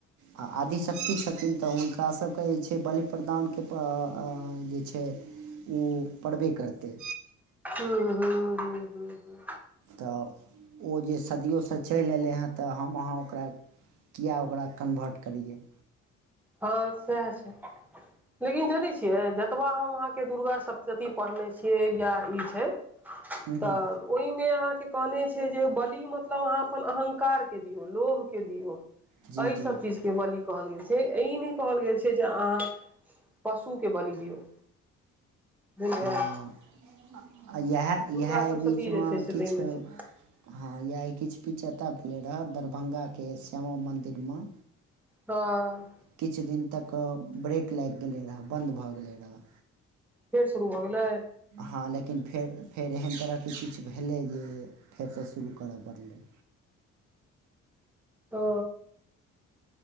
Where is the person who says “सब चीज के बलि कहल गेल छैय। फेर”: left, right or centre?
Centre